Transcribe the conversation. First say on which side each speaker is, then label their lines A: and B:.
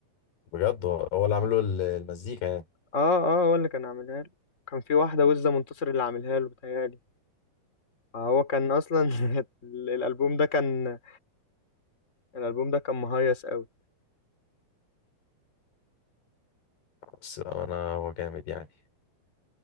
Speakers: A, on the left (about 85°); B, on the left (about 20°).
A: بجد هو هو اللي عامله ال- المزيكا يعني
B: اه اه هو اللي كان عاملها له كان في واحدة وزة منتصر اللي عاملها له بتهيألي فهو كان أصلا <laughs> ال- الألبوم ده كان الألبوم ده كان مهيص أوي
A: بس انا هو جامد يعني